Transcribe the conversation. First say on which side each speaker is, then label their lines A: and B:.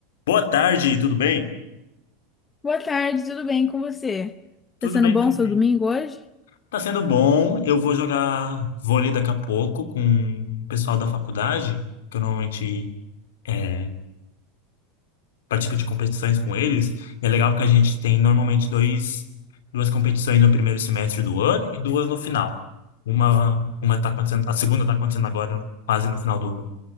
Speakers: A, on the left; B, on the left.
A: Boa tarde, tudo bem?
B: Boa tarde, tudo bem com você?
A: Tudo
B: Tá sendo
A: bem
B: bom
A: também.
B: seu domingo hoje?
A: Tá sendo bom. Eu vou jogar vôlei daqui a pouco com o pessoal da faculdade, que eu normalmente é, participo de competições com eles. E é legal porque a gente tem normalmente dois, duas competições no primeiro semestre do ano e duas no final. Uma, uma tá acontecendo, a segunda tá acontecendo agora, quase no final do